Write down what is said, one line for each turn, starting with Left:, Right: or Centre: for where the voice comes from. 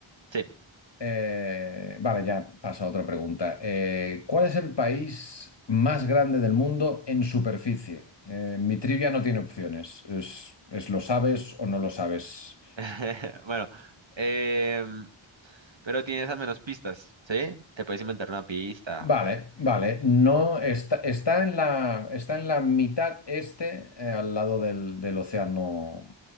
Right: Sí.
Left: Eh, vale, ya paso a otra pregunta. Eh, ¿cuál es el país más grande del mundo en superficie? Eh, mi trivia no tiene opciones. Es, es lo sabes o no lo sabes.
Right: <laughs> Bueno, em, pero tienes al menos pistas, ¿sí? Te puedes inventar una pista.
Left: Vale, vale. No está, está en la, está en la mitad este, eh, al lado del, del océano